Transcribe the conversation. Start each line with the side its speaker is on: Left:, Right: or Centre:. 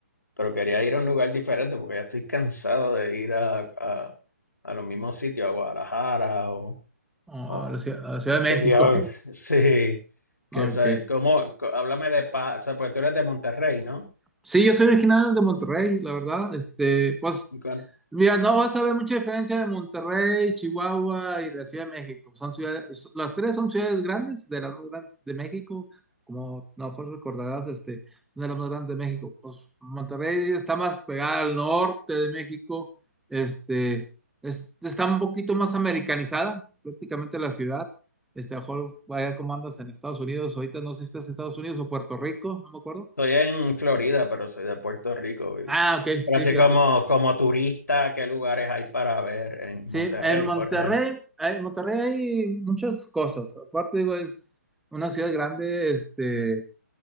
Left: pero quería ir a un lugar diferente porque ya estoy cansado de ir a, a- a los mismos sitios, a Guadalajara o,
Centre: Ah,
Left: o-
Centre: la ciudad, a la Ciudad de
Left: quería
Centre: México.
Left: ver, <laughs> sí, que,
Centre: <laughs> Ok.
Left: o sea, ¿cómo? co- Háblame de paz, o sea, pues tú eres de Monterrey, ¿no?
Centre: Sí, yo soy original de Monterrey, la verdad. Este, pues,
Left: Con-
Centre: mira, no vas a ver mucha diferencia de Monterrey, Chihuahua y la Ciudad de México. Son ciudades, las tres son ciudades grandes, de las más grandes de México, como a lo mejor recordarás, este, una de las más grandes de México. Pues Monterrey está más pegada al norte de México, este, es- está un poquito más americanizada, prácticamente la ciudad. Este, a lo mejor vaya como andas en Estados Unidos, ahorita no sé si estás en Estados Unidos o Puerto Rico, no me acuerdo.
Left: Estoy en Florida, pero soy de Puerto Rico. y-
Centre: Ah, ok,
Left: pero
Centre: sí,
Left: así
Centre: fíjate.
Left: como, como turista, ¿qué lugares hay para ver en
Centre: Sí,
Left: Monterrey,
Centre: en Monterrey,
Left: por ejemplo?
Centre: en Monterrey hay muchas cosas. Aparte, digo, es una ciudad grande, este,